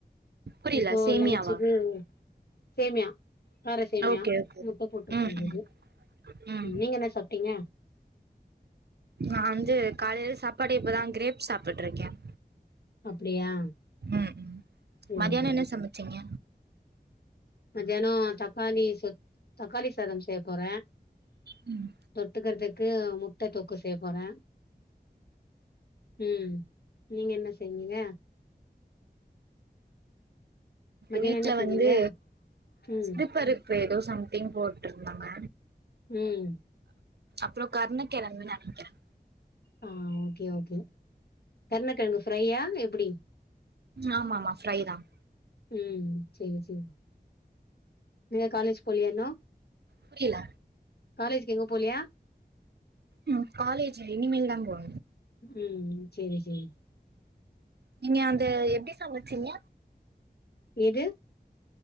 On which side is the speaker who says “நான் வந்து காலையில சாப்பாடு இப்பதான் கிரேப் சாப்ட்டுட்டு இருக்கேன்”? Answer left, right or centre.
Right